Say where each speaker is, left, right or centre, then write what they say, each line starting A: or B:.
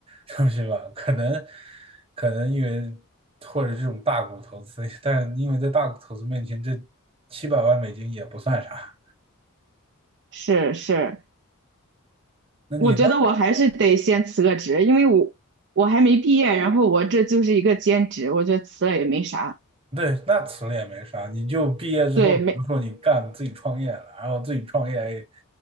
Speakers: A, on the right (about 25°); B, on the right (about 55°).
A: <laughs> 东西吧，可能可能因为或者这种大股投资，<laughs> 但因为在大股投资面前，这七百万美金也不算啥。
B: 是是，
A: 那你呢？
B: 我觉得我还是得先辞个职，因为我我还没毕业，然后我这就是一个兼职，我觉得辞了也没啥。
A: 对，那辞了也没啥，你就毕业之后，
B: 对，
A: 比如说你干自己创业了，
B: 没，
A: 然后自己创业，